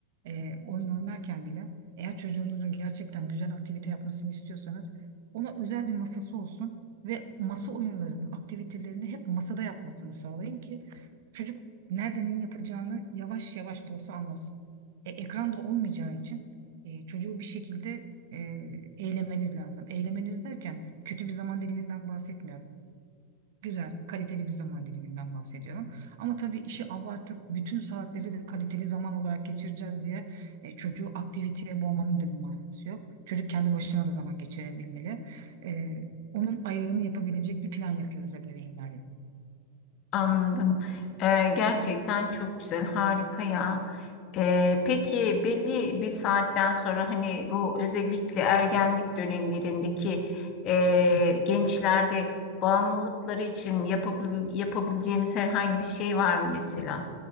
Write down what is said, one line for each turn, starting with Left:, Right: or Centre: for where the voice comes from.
Right: e, oyun oynarken bile eğer çocuğunuzun gerçekten güzel aktivite yapmasını istiyorsanız ona özel bir masası olsun ve masa oyunlarını, aktivitelerini hep masada yapmasını sağlayın ki çocuk nerede ne yapacağını yavaş yavaş da olsa anlasın. E, ekran da olmayacağı için e, çocuğu bir şekilde e, eylemeniz lazım. Eylemeniz derken kötü bir zaman diliminden bahsetmiyorum. Güzel, kaliteli bir zaman diliminden bahsediyorum. Ama tabii işi abartıp bütün saatleri de kaliteli zaman olarak geçireceğiz diye e, çocuğu aktiviteye boğmanın da bir manası yok. Çocuk kendi başına da zaman geçirebilmeli. E, onun ayarını yapabilecek bir plan yapıyoruz ebeveynlerle.
Left: Anladım. Ee, gerçekten çok güzel, harika ya. Ee, peki belli bir saatten sonra hani bu özellikle ergenlik dönemlerindeki e,
Right: Hı.
Left: gençlerde bağımlılıkları için yapabil yapabileceğimiz herhangi bir şey var mı mesela?